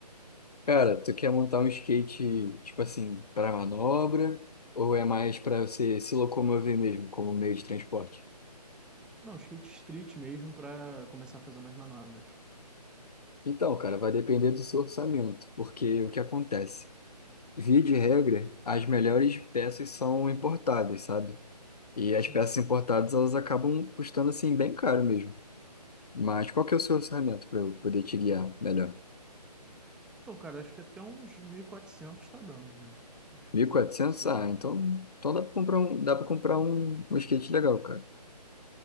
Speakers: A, on the left (about 65°); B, in the centre.
A: Cara, tu quer montar um skate, tipo assim, para manobra ou é mais para você se locomover mesmo como meio de transporte?
B: Não, skate street mesmo pra começar a fazer umas manobras.
A: Então, cara, vai depender do seu orçamento, porque o que acontece? Via de regra, as melhores peças são importadas, sabe? E as
B: Sim.
A: peças importadas, elas acabam custando assim bem caro mesmo. Mas qual que é o seu orçamento para eu poder te guiar melhor?
B: Então, cara, acho que até uns 1.400 tá dando, né? Acho
A: Mil
B: que
A: e
B: eu
A: quatrocentos.
B: consigo...
A: Ah, então,
B: <laughs>
A: então dá para comprar um, dá para comprar um, um skate legal, cara.